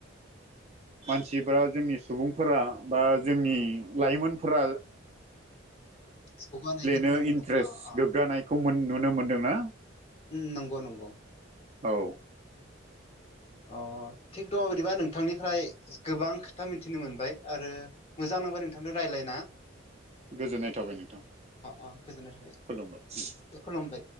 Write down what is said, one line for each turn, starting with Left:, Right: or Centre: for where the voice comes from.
Right: मानसिफ्रा जोंनि सुबुंफोरा बा जोंनि लाइमोनफोरा
Left: <unintelligible>
Right: नो इन्ट्रेस
Left: अ अ
Right: गोग्गानायखौ मोन नुनो मोनदों ना?
Left: ओम नंगौ नंगौ।
Right: औ।
Left: अ थिग दङ' बिदिबा नोंथांनि निफ्राय गोबां खोथा मिथिनो मोनबाय आरो मोजां नांबाय नोंथांनो रायलायना
Right: <inaudible> गोजोननाय थाबाय नोंथां
Left: अ गोजोननाय थाबाय
Right: खुलुमबाय।
Left: खुलुमबाय